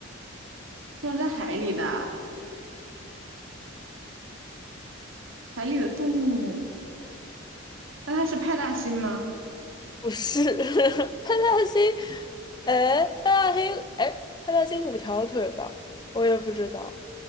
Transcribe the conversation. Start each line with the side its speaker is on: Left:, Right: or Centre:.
Right: 生活在海里的，海里的动物，那它是派大星吗？
Left: 不是，<laughs> 派大星，哎，派大星，哎，派大星五条腿吧？我也不知道，